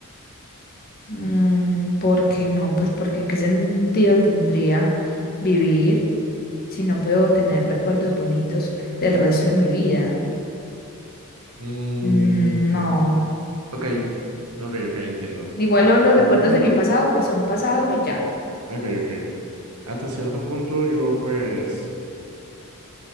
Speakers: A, on the left; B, on the right.
A: Mm, ¿por qué no? Pues porque qué sentido tendría vivir si no puedo tener recuerdos bonitos del resto de mi vida.
B: Mm,
A: Mm, no.
B: ok, ok, ok, entiendo.
A: Igual
B: Hasta
A: lo- los
B: cierto
A: recuerdos
B: punto.
A: de mi pasado pues son pasado y ya.
B: Ok, ok. Hasta cierto punto yo pues,